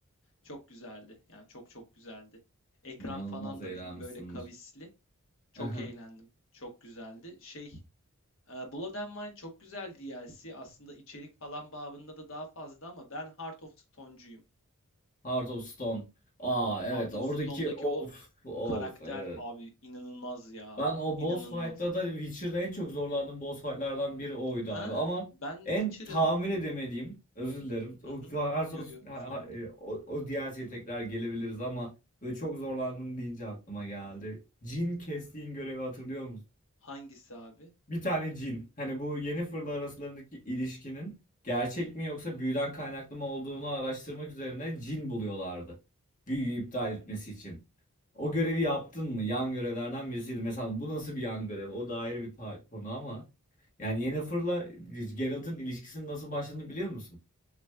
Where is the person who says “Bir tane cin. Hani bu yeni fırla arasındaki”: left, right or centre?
Left